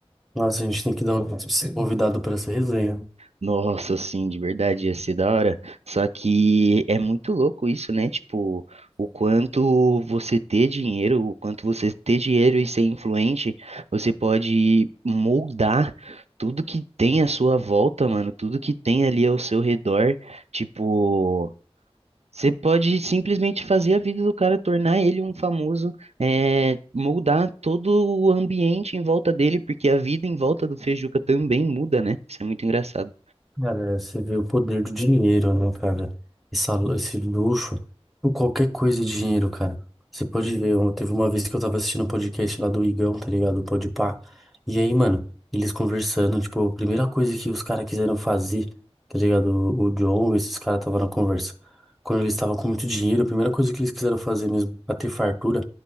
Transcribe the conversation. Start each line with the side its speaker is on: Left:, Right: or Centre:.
Centre: Nossa, a gente tem que dar um convidado pra essa resenha.
Right: Nossa, sim, de verdade, ia ser da hora. Só que é muito louco isso, né? Tipo, o quanto você ter dinheiro, o quanto você ter dinheiro e ser influente, você pode moldar tudo que tem à sua volta, mano, tudo que tem ali ao seu redor. Tipo, você pode simplesmente fazer a vida do cara, tornar ele um famoso, é, moldar todo o ambiente em volta dele, porque a vida em volta do Feijuca também muda, né? Isso é muito engraçado.
Centre: Cara, você vê o poder do dinheiro, né, cara? Essa, esse luxo, por qualquer coisa de dinheiro, cara. Você pode ver, eu- teve uma vez que eu tava assistindo um podcast lá do Igão, tá ligado? O Podpah. E aí, mano, eles conversando, tipo, a primeira coisa que os caras quiseram fazer, tá ligado? O, o John, esses caras estavam na conversa. Quando eles estavam com muito dinheiro, a primeira coisa que eles quiseram fazer mesmo, pra ter fartura,